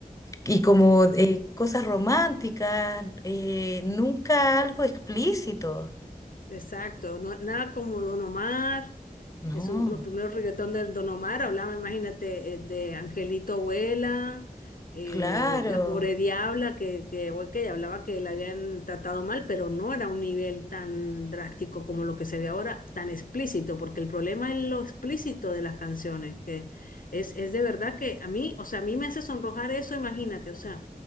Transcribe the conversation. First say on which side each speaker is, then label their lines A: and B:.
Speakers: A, on the left; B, on the left.
A: y como eh, cosas románticas, eh, nunca algo explícito.
B: Exacto, no- nada como Don Omar,
A: No,
B: eso, los primeros reggaetón de Don Omar hablaban, imagínate, eh, de Angelito Abuela, eh,
A: claro,
B: la pobre diabla, que, que ok, hablaba que la habían tratado mal, pero no era un nivel tan drástico como lo que se ve ahora, tan explícito, porque el problema es lo explícito de las canciones, que es, es de verdad que a mí, o sea, a mí me hace sonrojar eso, imagínate, o sea,